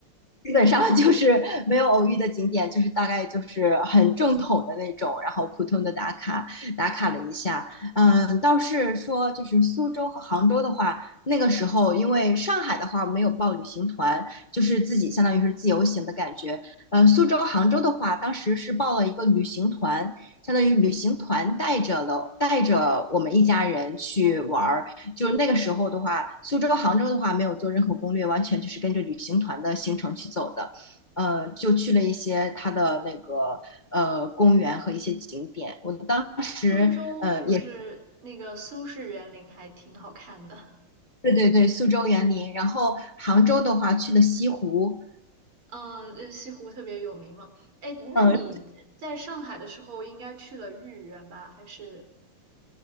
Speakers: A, on the left (about 35°); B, on the right (about 85°).
A: 基本上 <laughs> 就是没有偶遇的景点，就是大概就是很正统的那种，然后普通的打卡打卡了一下。嗯，倒是说就是苏州和杭州的话，那个时候因为上海的话没有报旅行团，就是自己相当于是自由行的感觉。呃，苏州、杭州的话，当时是报了一个旅行团，相当于旅行团带着了带着我们一家人去玩儿。就那个时候的话，苏州、杭州的话没有做任何攻略，完全就是跟着旅行团的行程去走的。呃，就去了一些它的那个呃公园和一些景点。我当时呃也
B: 苏州是不是那个苏式园林还挺好看的？
A: 对对对，苏州园林，然后杭州的话去了西湖，
B: 嗯，呃西湖特别有名嘛。哎，那你在上海的时候应该去了豫园吧？
A: 嗯、
B: 还是，